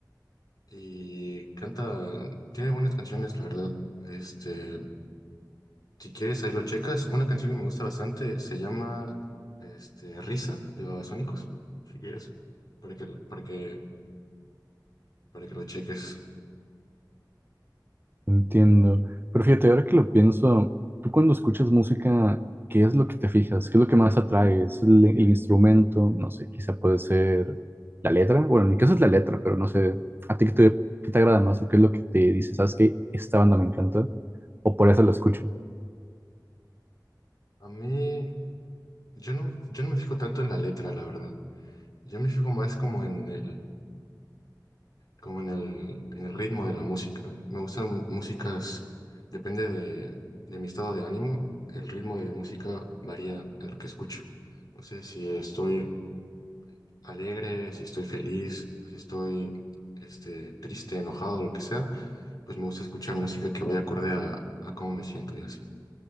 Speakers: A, on the left; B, on the right.
A: Y canta, tiene buenas canciones, la verdad. Este, si quieres, ahí lo checas. Una canción que me gusta bastante se llama este, Risa de Babasónicos, si quieres, para que, lo- para que, para que lo cheques.
B: Entiendo. Pero fíjate, ahora que lo pienso, tú cuando escuchas música, ¿qué es lo que te fijas? ¿Qué es lo que más atrae? ¿Es el, el instrumento? No sé, quizá puede ser la letra. Bueno, en mi caso es la letra, pero no sé. ¿A ti qué te, qué te agrada más? ¿O qué es lo que te dice? ¿Sabes qué? Esta banda me encanta. O por eso la escucho.
A: A mí, yo no, yo no me fijo tanto en la letra, la verdad. Yo me fijo más como en el, como en el, en el ritmo de la música. Me gustan músicas, depende de, de mi estado de ánimo, el ritmo de música varía a lo que escucho. No sé si estoy alegre, si estoy feliz, si estoy este, triste, enojado, lo que sea, pues me gusta escuchar música que vaya acorde a, a cómo me siento y así.